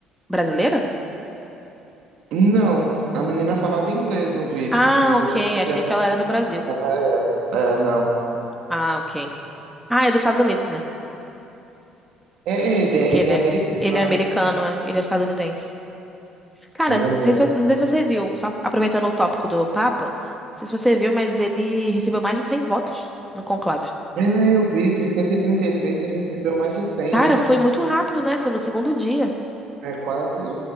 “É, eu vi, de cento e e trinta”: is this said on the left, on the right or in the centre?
Right